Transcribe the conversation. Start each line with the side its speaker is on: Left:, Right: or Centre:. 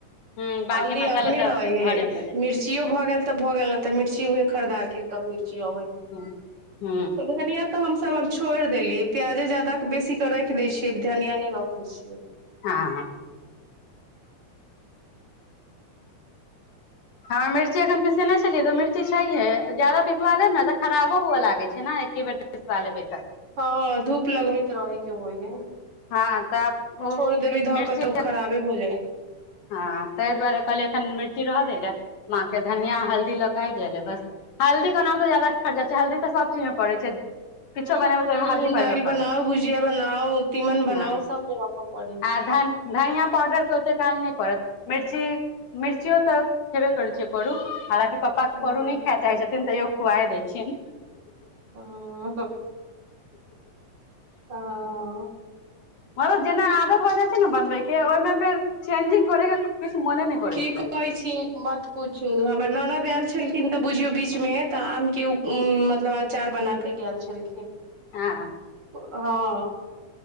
Left: हूँ बाँकी
Right: हल्दी
Left: मसाला
Right: अपने
Left: तऽ
Right: रहै हे,
Left: घरेमे बनै छै
Right: मिर्चियो भऽ गेल तऽ भऽ गेल, तऽ मिर्ची उहे खरीदा के, तब मिर्ची अबै है,
Left: ह, हू,
Right: तऽ धनिया तऽ हमसब आब छोड़ि देलियै, प्याजे जादा बेसी के राख दय छियै, धनिया नहि रोखै छियै,
Left: हँ -हँ, ह, मिर्ची अखन पिसने छलियै, तऽ मिर्ची छैहे, ज्यदा पिसबा लेब ने, तऽ खराबो हुए लागे छै ने, एके बेर पिसा लेबै त,
Right: हँ, धूप लगबैत रोहैके ओहि मे,
Left: हँ, तऽ ओ
Right: छोड़ देबै ध,
Left: मिर्ची
Right: कतौ खराबे भो जाय,
Left: हँ, ताहि दुआरे कहलिय, एखन मिर्ची रह दै लए, माँ के, धनिया- हल्दी लऽ क आब जाइ ले, बस हल्दी केनाहतो जादााट जाइ छै, हल्दी तऽ सब चीज मे पड़ै छै, किछो
Right: ह
Left: बनेबै त हल्दी पारबे
Right: दालि
Left: करत,
Right: बनाउ भुजिया बनाउ तीमन बनाउ
Left: हँ,
Right: सब मे रखऽ पड़े
Left: आ धान धनिया पावडरके ओते काज नहि परत, मिर्ची, मिर्चियों त हेबे करै छै करू, हालाकि पापा
Right: ह
Left: करू नहि खा चाहय छथिन, तैयो खुआाए दैछियन,
Right: ओह्ह, ह
Left: मतलब जेना आदत भो जाइ छै ने बनबै के, ओहिमे फेर चेंजिंग करे के किछु मोने नहि करैत
Right: की
Left: रहै
Right: कहइ छी, मत पूछू, हमर ननद आयल छलखिन तऽ, बुझियौ बीच मे, तऽ आम के उ, मतलब अचार बना कऽ गेल छलखिन,
Left: हँ,
Right: हँ,